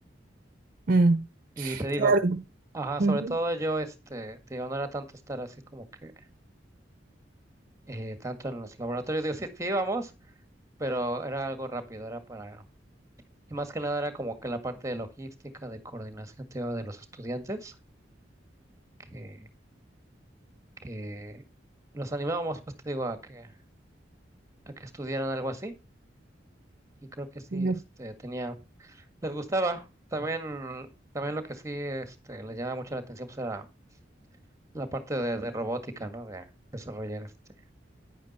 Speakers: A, on the right (about 50°); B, on the right (about 15°).
A: mm,
B: Y te digo,
A: Claro.
B: ajá, sobre
A: Ujú.
B: todo yo, este, te digo, no era tanto estar así como que eh, tanto en los laboratorios. Digo, sí, sí íbamos, pero era algo rápido, era para... Y más que nada era como que la parte de logística, de coordinación, te digo, de los estudiantes, que, que los animábamos, pues te digo, a que, a que estudiaran algo así. y creo que sí,
A: ya.
B: este, tenía, les gustaba. También, también lo que sí, este, les llamaba mucho la atención, pues era la parte de, de robótica, ¿no? De desarrollar, este,